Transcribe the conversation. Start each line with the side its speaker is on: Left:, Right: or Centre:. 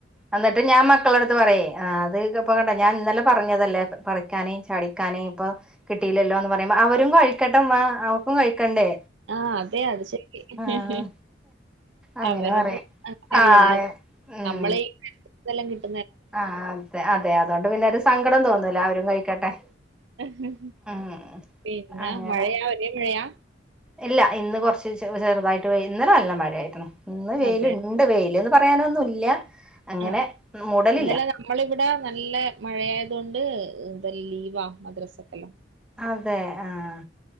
Centre: എന്നിട്ട് ഞാൻ മക്കളെടുത്ത് പറയെ, ആ അത് ഇപ്പ കണ്ട ഞാൻ ഇന്നലെ പറഞ്ഞതല്ലേ പറിക്കാന് ചാടിക്കാന് ഇപ്പോ കിട്ടിയില്ലല്ലോന്ന് പറയുമ്പോ അവരും കഴിക്കട്ടുമ്മ അവർക്കും കഴിക്കണ്ടേ.
Right: ആഹ് അതെ അത് ശരി
Centre: ആഹ്
Right: ഹി ഹി
Centre: അങ്ങനെ
Right: അവരത്
Centre: പറയും
Right: അങ്ങനല്ലല്ലോ.
Centre: ആഹ് ഉം
Right: നമ്മള് <unintelligible>
Centre: ആഹ് അതെ അതെ അതോണ്ട് പിന്നൊരു സങ്കടം തോന്നൂല്ല അവരും കഴിക്കട്ടെ.
Right: ഇഹ്
Centre: ഉം
Right: പിന്നെ
Centre: അങ്ങനെ
Right: മഴയാ ഒരേ മഴയാ?
Centre: ഇല്ല ഇന്ന് കൊറച്ച് ചെറുതായിട്ട് പെയ് ഇന്നലെ നല്ല മഴയായിരുന്നു ഇന്ന് വെയ്‌ല്
Right: അതെ
Centre: ഇണ്ട്. ഇണ്ട് വെയ്‌ല്ന്ന് പറയാനൊന്നുല്ല അങ്ങനെ
Right: ആഹ്
Centre: മൂടലില്ല.
Right: ഇന്നലെ നമ്മളിവിടെ നല്ല മഴയാത് കൊണ്ട് എന്താ ലീവാ മദ്രസക്കെല്ലാം.
Centre: അതെ ആഹ്